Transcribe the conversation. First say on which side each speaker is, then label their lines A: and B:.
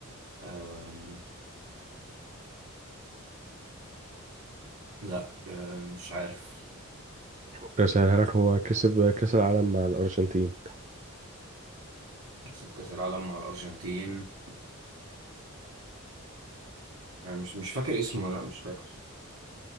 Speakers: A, on the right; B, on the right.
A: آم، لا آم، مش عارف
B: ممكن أسهلها لك هو كسب آه، كأس العالم مع الأرجنتين
A: كسب كأس العالم مع الأرجنتين يعني مش مش فاكر اسمه لا مش فاكر